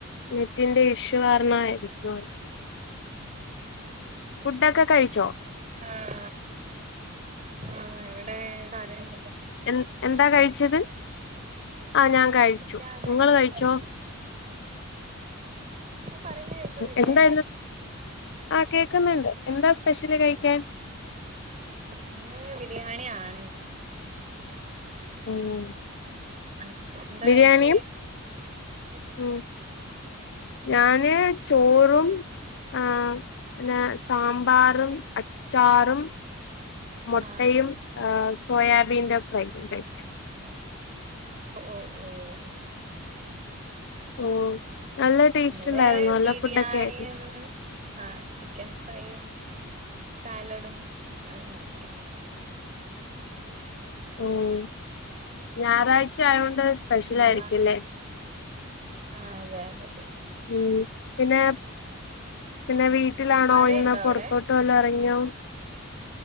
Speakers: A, on the left; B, on the right.
A: നെറ്റിന്റെ ഇഷ്യൂ കാരണമായിരിക്കും ന്ന് ഫുഡൊക്കെ കഴിച്ചോ
B: ആഹ് ആഹ് ഇവിടെ കരണ്ട്
A: എൻ എന്താ കഴിച്ചത് ആഹ് ഞാൻ
B: കഴിച്ചില്ല
A: കഴിച്ചു
B: കഴിക്കണം
A: നിങ്ങൾ കഴിച്ചോ
B: ഞാൻ പറയുന്ന കേക്കുന്നില്ലേ
A: എന്താ ആ കേക്കുന്നുണ്ട് എന്താ സ്പെഷ്യല് കഴിക്കാൻ
B: ആഹ് ഇന്ന് ബിരിയാണി ആണ് ഇവിടെ
A: ഉം
B: ആഹ് എന്താ
A: ബിരിയാണിയും
B: കഴിച്ചേ <inaudible>
A: ഉം ഞാന് ചോറും ആ ഹ്പിന്നെ സാമ്പാറും അച്ചാറും മൊട്ടയും
B: ആഹ്
A: ഏഹ് സോയാബീന്റെ ഫ്രൈയും കൈച്ചു.
B: ഓ ഓ ഓ ഓ
A: ഓ നല്ല ടേസ്റ്റ്
B: ഇവിടെ
A: ഉണ്ടായിരുന്നു നല്ല
B: ബിരിയാണിയും
A: ഫുഡൊക്കെ ആയിരുന്നു
B: ആഹ് ചിക്കൻ ഫ്രൈയും സാലഡും അങ്ങനെയൊക്കെ
A: ഉം ഞായറാഴ്ച ആയകൊണ്ട് സ്പെഷ്യൽ
B: ഉം
A: ആയിരിക്കുംല്ലേ
B: ആഹ് അതെ അതെ അതെ
A: ഉം പിന്നെ പിന്നെ വീട്ടിലാണോ
B: മഴയുണ്ടോ
A: ഇന്ന് പൊ
B: അവിടെ
A: റത്തോട്ട് വല്ലോ ഇറങ്ങിയോ